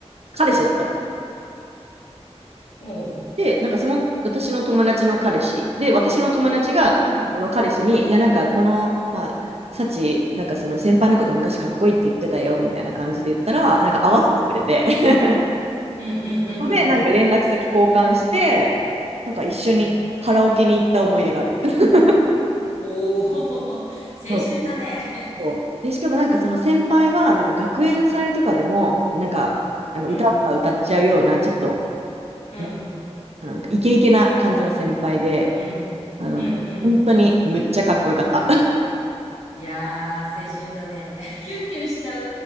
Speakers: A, on the right (about 65°); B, on the left (about 80°).
A: 彼氏だったの。
B: おう、
A: で、なんかその私の友達の彼氏で、私の友達がこの彼氏に、
B: うん、
A: いや、なんかこの、まあ、サチ、なんかその先輩のこと昔かっこいいって言ってたよみたいな感じで言ったら、なんか合わせてくれて、
B: うん、
A: <laughs>
B: うん、
A: そ
B: うん、うん、
A: こでなんか連絡先交換して、
B: うん、
A: なんか一緒にカラオケに行った思い出がある。
B: うん、うん。
A: <laughs>
B: おお、<laughs> 青
A: そう
B: 春だね。
A: そうで、しかもなんかその先輩は、なんか学園祭とかでも、なんかあの歌とか歌っちゃうような、
B: うん、
A: ちょっと、
B: うん、
A: ななんかイケイケな感じの先輩で、
B: うん、
A: あの、
B: うん、うん。
A: 本当にむっちゃかっこよかった。
B: いやー、青春だね。<laughs> キュンキュンしちゃう